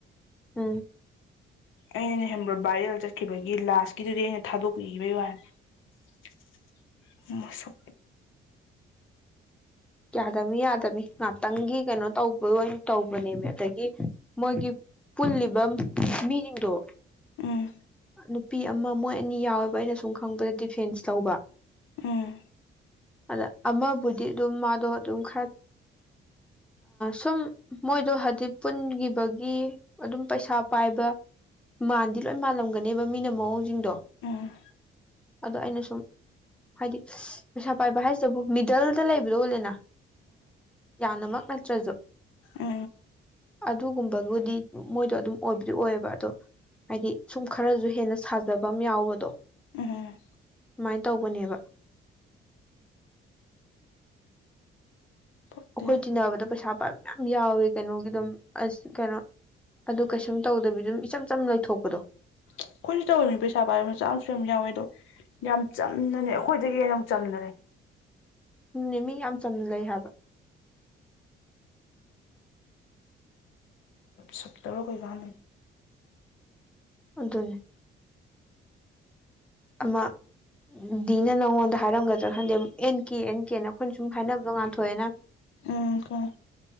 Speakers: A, in the centre; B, on the left (about 80°).
A: ꯎꯝ
B: ꯑꯩꯅ ꯍꯦꯝꯕ꯭ꯔꯣ ꯕꯥꯏꯔꯦꯜ ꯆꯠꯈꯤꯕꯒꯤ ꯂꯥꯁꯀꯤꯗꯨꯗꯤ ꯑꯩꯅ ꯊꯥꯗꯣꯛꯄꯤꯈꯤꯕꯒꯤ ꯋꯥꯅꯤꯁ
A: ꯌꯥꯗꯃꯤ ꯌꯥꯗꯃꯤ ꯉꯍꯥꯛꯇꯪꯒꯤ ꯀꯩꯅꯣ ꯇꯧꯕ ꯑꯣꯏꯅ ꯇꯧꯕꯅꯦꯕ ꯑꯗꯒꯤ ꯃꯣꯏꯒꯤ ꯄꯨꯜꯂꯤꯕ ꯃꯤꯁꯤꯡꯗꯣ
B: ꯎꯝ
A: ꯅꯨꯄꯤ ꯑꯃ ꯃꯣꯏ ꯑꯅꯤ ꯌꯥꯎꯋꯦꯕ ꯑꯩꯅ ꯁꯨꯝ ꯈꯪꯕꯗ ꯗꯤꯐꯦꯟꯁ ꯇꯧꯕ
B: ꯎꯝ
A: ꯑꯗ ꯑꯃꯕꯨ ꯑꯗꯨꯝ ꯃꯥ ꯑꯗꯣ ꯑꯗꯨꯝ ꯈꯔ ꯁꯨꯝ ꯃꯣꯏꯗꯣ ꯍꯥꯏꯗꯤ ꯄꯨꯟꯈꯤꯕꯒꯤ ꯑꯗꯨꯝ ꯄꯩꯁꯥ ꯄꯥꯏꯕ ꯃꯥꯟꯗꯤ ꯂꯣꯏ ꯃꯥꯜꯂꯝꯒꯅꯦꯕ ꯃꯤꯅ ꯃꯑꯣꯡꯁꯤꯡꯗꯣ
B: ꯎꯝ
A: ꯑꯗꯣ ꯑꯩꯅ ꯁꯨꯝ ꯍꯥꯏꯗꯤ ꯄꯩꯁꯥ ꯄꯥꯏꯕ ꯍꯥꯏꯁꯤꯕꯨ ꯃꯤꯗꯜꯗ ꯂꯩꯕꯗꯣ ꯑꯣꯜꯂꯦꯅ ꯌꯥꯅꯃꯛ ꯄꯠꯇ꯭ꯔꯁꯨꯣ
B: ꯑ
A: ꯑꯗꯨꯒꯨꯝꯕꯕꯨꯗꯤ ꯃꯣꯏꯗꯣ ꯑꯗꯨꯝ ꯑꯣꯏꯕꯗꯤ ꯑꯣꯏꯌꯦꯕ ꯑꯗꯣ ꯍꯥꯏꯗꯤ ꯁꯨꯝ ꯈꯔꯁꯨ ꯍꯦꯟꯅ ꯁꯥꯖꯕ ꯑꯃ ꯌꯥꯎꯕꯗꯣ
B: ꯎꯝ
A: ꯁꯃꯥꯏꯅ ꯇꯧꯕꯅꯦꯕ ꯎ
B: ꯄꯛꯇꯦ
A: ꯑꯩꯈꯣꯏ ꯆꯤꯟꯅꯕꯗ ꯄꯩꯁꯥ ꯃ ꯌꯥꯝ ꯌꯥꯎꯋꯦ ꯀꯩꯅꯣꯒꯤ ꯑꯗꯨꯝ ꯑꯁ ꯀꯩꯅꯣ ꯑꯗꯨ ꯀꯩꯁꯨꯝ ꯇꯧꯗꯕꯤ ꯑꯗꯨꯝ ꯏꯆꯝ ꯆꯝ ꯂꯩꯊꯣꯛꯄꯗꯣ
B: ꯑꯩꯈꯣꯏꯁꯨ ꯇꯧꯧꯕꯅꯤ ꯄꯩꯁꯥ ꯄꯥꯏꯔꯕ ꯃꯆꯥꯁꯨ ꯌꯥꯝ ꯌꯥꯎꯋꯦ ꯑꯗꯣ ꯌꯥꯝ ꯆꯝꯅꯅꯦ ꯑꯩꯈꯣꯏꯗꯒꯤ ꯍꯦꯟꯅ ꯌꯥꯝ ꯆꯝꯅꯅꯦ
A: ꯎꯝꯅꯦ ꯃꯤ ꯌꯥꯝ ꯆꯝꯅ ꯂꯩ ꯍꯥꯏꯕ
B: ꯁꯇꯔ ꯀ ꯀꯥꯅꯤ
A: ꯑꯗꯨꯅꯦ ꯑꯃ ꯗꯤꯅ ꯅꯪꯉꯣꯟꯗ ꯍꯥꯏꯔꯝꯒꯗ꯭ꯔꯥ ꯈꯟꯗꯦ ꯑꯦꯟ ꯀꯦ ꯑꯦꯟ ꯀꯦꯅ ꯑꯩꯈꯣꯏꯅ ꯁꯨꯝ ꯍꯥꯏꯅꯕꯗꯣ ꯉꯥꯟꯊꯣꯛꯑꯦꯅ
B: ꯎꯝ